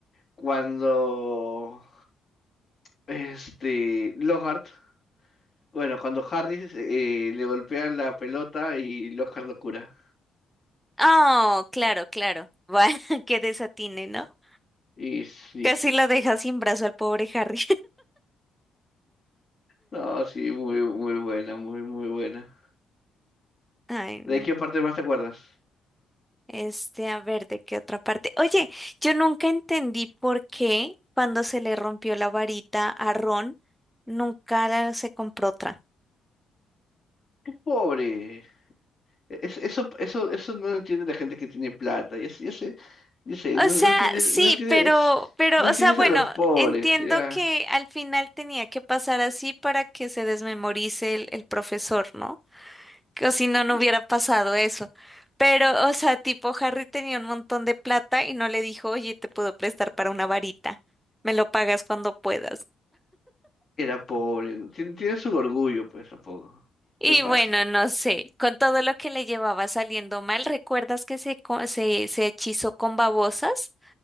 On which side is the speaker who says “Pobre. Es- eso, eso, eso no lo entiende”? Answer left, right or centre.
Left